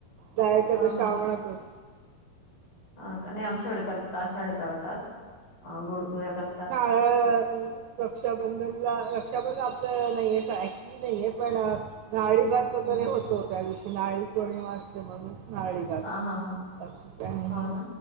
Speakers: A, on the right; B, on the left.
A: जायचं
B: हां,
A: तर श्रावणातच
B: ह का नाही आमच्याकडे करतात आषाढ तळतात गोड पुऱ्या कर
A: <unintelligible> रक्षाबंधनला रक्षाबंधन आपलं नाहीेये ऍक्च्युली नाहीे पण नारळीभात वैगेरे
B: हं.
A: होतो त्या दिवशी नारळीपौर्णिमा असते म्हणून नारळीभात
B: हां, हां, हां.
A: बाकी काय म्हणुन
B: हो ना?